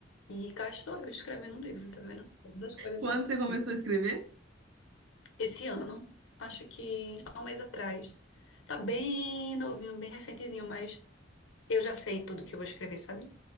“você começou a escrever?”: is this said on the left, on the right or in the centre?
Right